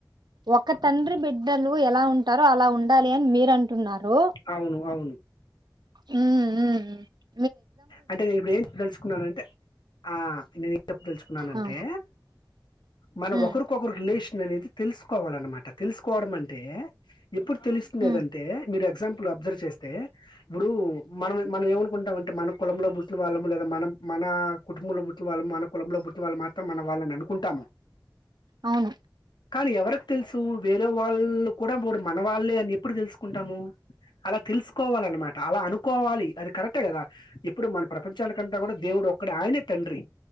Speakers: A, on the right (about 70°); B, on the left (about 80°).
A: ఒక తండ్రి బిడ్డ లు ఎలా ఉంటారో అలా ఉండాలి అని మీరంటున్నారు
B: అవును అవును
A: హ్మ్
B: అంటే నేను ఇప్పుడు ఏం తెలుసుకున్నానుంటే ఆ నేను ఏంచెప్పా తెలుసుకున్నానంటే
A: ఆ
B: మనం
A: ఉమ్
B: ఒకరికొకరు రిలేషన్ అనేది తెలుసుకోవాలన్నమాట తెలుసుకోవడం అంటే అ ఎప్పుడు తెలుస్తుందిదంటే
A: ఉమ్
B: మీరు ఎ ఎక్సమ్ప్లె అబ్జర్వ్ చేస్తే ఇప్పుడు మనం మనం ఏమనుకుంటాంంటే అ మన కులంలో పుటిన వాళ్ళము లేద మన మన కుటుంబంలోుట్న వాళ్ళ మన కులంలో బుటి వాళ్ళు మాత్రం మన వాళ్ళని అను కుంటామ
A: అవును
B: కానీ ఎవరికి తెలుసు వేరే వాళ్ళు కూడా మన వాళ్ళే అని ఎప్పుడు తెలుసుకుంటాము అలా తెలుసుకోవాలిన్నమాట అలా అనుకోవాలి అది కరెక్టే కదా ఇప్పుడు మన ప్రపంచాలకంతా కూడా దేవుడు ఒక్కడ ఆయనే తండ్రి